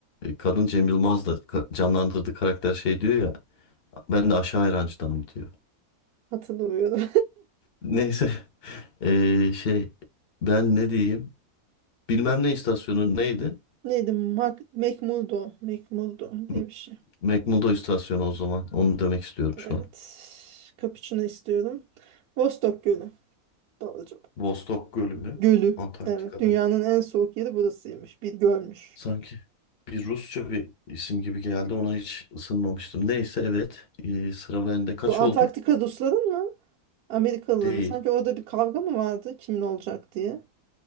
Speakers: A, on the left (about 45°); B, on the right (about 85°).
A: E, kadın Cem Yılmaz da ka- canlandırdığı karakter şey diyor ya ben de aşağı Ayrancı'danım diyor.
B: Hatırlamıyorum.
A: Neyse Ee, şey ben ne diyeyim? Bilmem ne istasyonu neydi?
B: <laughs> Neydi? Mac McMurdo. McMurdo diye
A: M-
B: bir şey.
A: McMurdo istasyonu o zaman. Onu demek istiyorum
B: Evet.
A: şu an.
B: Kapuçino istiyorum. Vostok Gölü. Doğru cevap.
A: Vostok Gölü mü?
B: Gölü.
A: Antarktika'da.
B: Evet. Dünyanın en soğuk yeri burasıymış. Bir gölmüş.
A: Sanki bir Rusça bir isim gibi geldi. Ona hiç ısınmamıştım. Neyse evet. Ee, sıra bende. Kaç
B: Bu Antarktika
A: oldu?
B: Rusların mı? Amerikalıların.
A: Değil.
B: mı? Sanki orada bir kavga mı vardı kimin olacak diye.